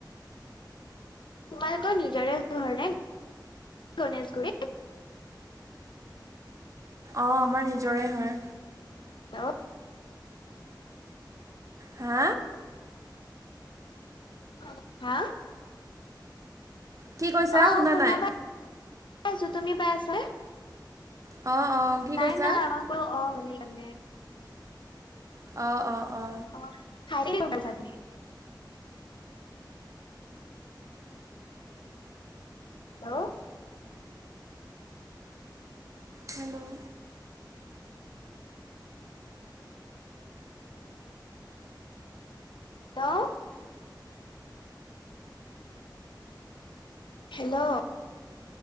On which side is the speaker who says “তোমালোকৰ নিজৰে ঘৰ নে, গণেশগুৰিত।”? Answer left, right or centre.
Left